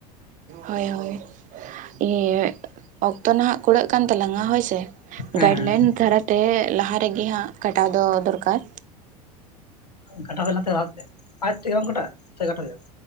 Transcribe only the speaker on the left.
ᱦᱮᱸ
ᱠᱟᱴᱟᱣ ᱞᱟᱦᱛᱮ ᱞᱟᱦᱟᱛᱮ ᱟᱡ ᱛᱮᱜᱮ ᱵᱟᱝᱢ ᱠᱟᱴᱟᱜ-ᱟ ᱥᱮ ᱠᱟᱴᱟᱜ ᱦᱩᱭᱩᱜ-ᱟ